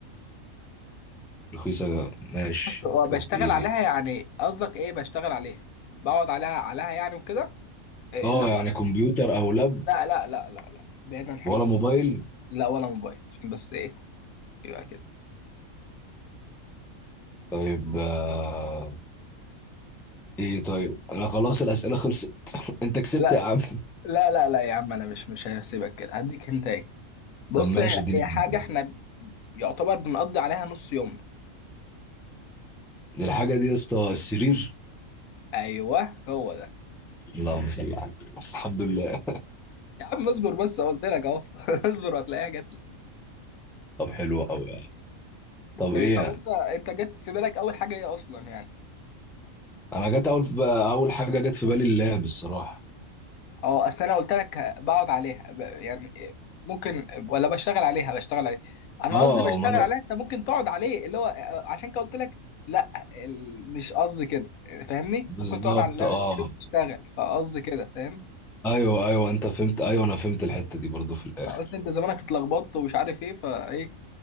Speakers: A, in the centre; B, on the left (about 80°).
A: رخيصة ماشي
B: بس وبشتغل
A: طب ايه
B: عليها يعني قصدك ايه بشتغل عليها بقعد عليها عليها يعني وكده إيه
A: اه
B: اللي هو
A: يعني كمبيوتر او لاب
B: لا لا لا لا لا بعيد عن الحاجات
A: ولا
B: دي
A: موبايل
B: لا ولا موبايل عشان بس ايه يبقى كده
A: طيب آه، ايه طيب انا خلاص الأسئلة خلصت <laughs> انت كسبت
B: لا
A: يا عم
B: لا لا لا يا عم انا مش مش هسيبك كده هديك انت ايه بص
A: طب ماشي
B: هي
A: اديني
B: هي
A: هنت.
B: حاجه احنا يعتبر بنقضي عليها نص يومنا
A: الحاجة دي يا اسطى السرير
B: ايوه هو ده
A: اللهم صل على النبي. الحمد لله
B: يا عم اصبر بس قلت لك اهو <laughs> اصبر هتلاقيها جت لك.
A: طب حلو قوي يعني طب
B: إيه
A: ايه
B: طب انت انت جت في بالك اول حاجه ايه اصلا يعني
A: انا جت اول بقى اول حاجه جت في بالي اللاب الصراحه
B: اه اصل انا قلت لك بقعد عليها ب- يعني ممكن ولا بشتغل عليها بشتغل عليها انا
A: اه
B: قصدي بشتغل
A: وما انا
B: عليها انت ممكن تقعد عليه اللي هو آه، عشان كده قلت لك لا ال- مش قصدي كده فاهمني
A: بالظبط
B: ممكن تقعد على
A: اه
B: السرير وتشتغل فقصدي كده فاهم
A: ايوه ايوه انت فهمت ايوه انا فهمت الحته دي برضو في الاخر
B: فقلت انت زمانك اتلخبطت ومش عارف ايه فايه